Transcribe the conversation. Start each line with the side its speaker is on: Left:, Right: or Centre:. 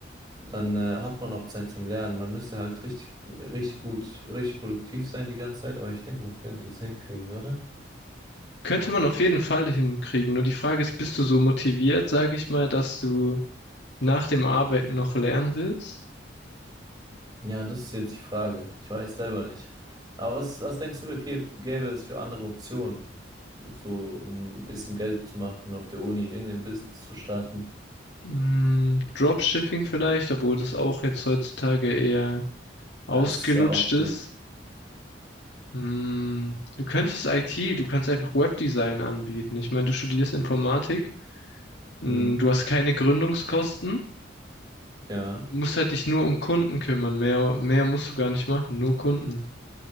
Right: Dann äh, hat man auch Zeit zum Lernen. Man müsste halt richtig, richtig gut, richtig produktiv sein die ganze Zeit, aber ich denke, man könnte es hinkriegen, oder?
Left: Könnte man auf jeden Fall hinkriegen. Nur die Frage ist, bist du so motiviert, sage ich mal, dass du nach dem Arbeiten noch lernen willst?
Right: Ja, das ist jetzt die Frage. Ich weiß selber nicht. Aber was, was denkst du, gä- gäbe es für andere Optionen? So, um ein bisschen Geld zu machen auf der Uni, irgendein Business zu starten.
Left: Mm, Dropshipping vielleicht, obwohl das auch jetzt heutzutage eher ausgelutscht
Right: Ja, es ist sehr ausgelutscht.
Left: ist. Mm, du könntest IT, du kannst einfach Webdesign anbieten. Ich meine, du studierst Informatik, mm,
Right: Mhm.
Left: du hast keine Gründungskosten,
Right: Ja,
Left: musst halt dich nur um Kunden kümmern. Mehr, mehr musst du gar nicht machen, nur Kunden.